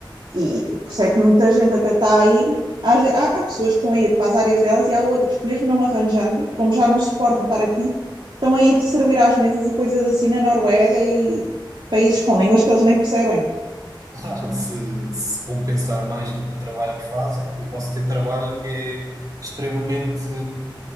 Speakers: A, on the right (about 70°); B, on the right (about 45°).
A: E por isso é que muita gente até está a ir. Há, há pessoas que estão a ir para as áreas delas e há outras que, mesmo não arranjando, como já não suportam estar aqui, estão a ir servir às mesas e coisas assim na Noruega e países com línguas que eles nem percebem.
B: Claro. <laughs> Se, se compensar mais do que o trabalho que fazem, eu posso ter trabalho que é extremamente